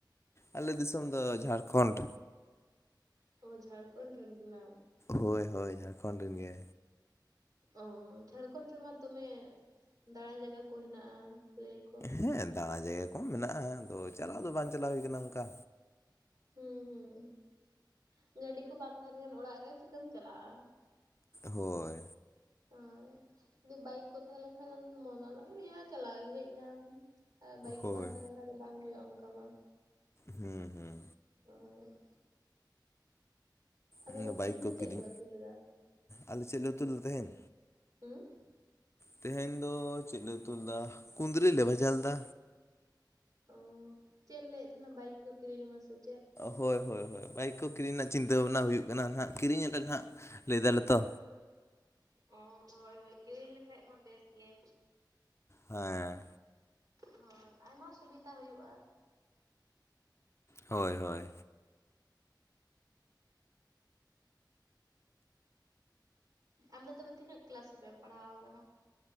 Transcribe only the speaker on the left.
ᱟᱞᱮ ᱫᱤᱥᱚᱢ ᱫᱚ ᱡᱷᱟᱲᱠᱷᱚᱸᱰ᱾
ᱦᱳᱭ ᱦᱳᱭ ᱡᱷᱟᱲᱠᱷᱚᱸᱰ ᱨᱮᱱ ᱜᱮ᱾
ᱦᱮᱸ ᱫᱟᱬᱟ ᱡᱟᱭᱜᱟ ᱠᱚᱦᱚᱸ ᱢᱮᱱᱟᱜᱼᱟ ᱟᱫᱚ ᱪᱟᱞᱟᱣ ᱫᱚ ᱵᱟᱝ ᱪᱟᱞᱟᱣ ᱦᱩᱭ ᱠᱟᱱᱟ ᱚᱱᱠᱟ᱾
ᱦᱳᱭ᱾
ᱦᱳᱭ
ᱦᱩᱸ ᱦᱩᱸ᱾
ᱚᱱᱟ
ᱵᱟᱭᱤᱠ
ᱠᱚ
ᱠᱤᱨᱤᱧ
ᱟᱞᱮ ᱪᱮᱫ ᱞᱮ ᱩᱛᱩ ᱞᱮᱫᱮ ᱛᱟᱦᱮᱧ?
ᱛᱮᱦᱮᱧ ᱫᱚ ᱪᱮᱫ ᱞᱮ ᱩᱛᱩ ᱞᱮᱫᱟ? ᱠᱩᱱᱫᱽᱨᱤ ᱞᱮ ᱵᱷᱟᱡᱟ ᱞᱮᱫᱟ᱾
ᱦᱳᱭ ᱦᱳᱭ ᱦᱳᱭ ᱵᱟᱭᱤᱠ ᱠᱚ ᱠᱤᱨᱤᱧ ᱨᱮᱱᱟᱜ ᱪᱤᱱᱛᱟᱹ ᱵᱷᱟᱱᱟ ᱦᱩᱭᱩᱜ ᱠᱟᱱᱟ ᱱᱷᱟᱜ ᱠᱤᱨᱤᱧ ᱟᱞᱮ ᱱᱷᱟᱜ ᱞᱟᱹᱭᱫᱟᱞᱮ ᱛᱚ᱾
ᱦᱮᱸ᱾
ᱦᱚᱭ ᱦᱚᱭ᱾